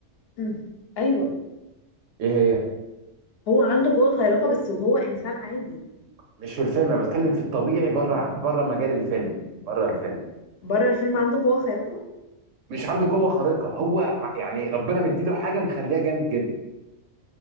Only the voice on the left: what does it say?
مم. ايوه
هو عنده قوة خارقة بس وهو انسان عادي
بره الفيلم عنده قوة خارقة